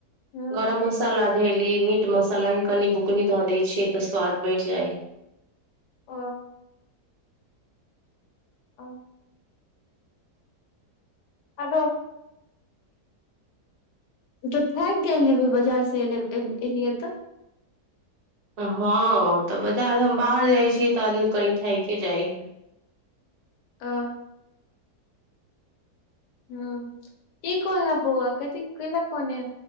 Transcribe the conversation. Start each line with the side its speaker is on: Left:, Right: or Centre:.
Left: हूँ
Right: गरम मसाला देली मीट मसाला के कनि बुकनी धऽ दै छियै तऽ स्वाद बढ़ि जाय हय
Left: ओ <unintelligible> ओ <unintelligible> आदो <unintelligible> तऽ फाकि गेल एबै बाजार से एलियै तऽ
Right: हँ तऽ बाजार हम बाहर जाइ छियै तऽ आदमी कनि थाइके जाइ हय
Left: ओ हँ की कोहै हे बौआ कथी कैले कनै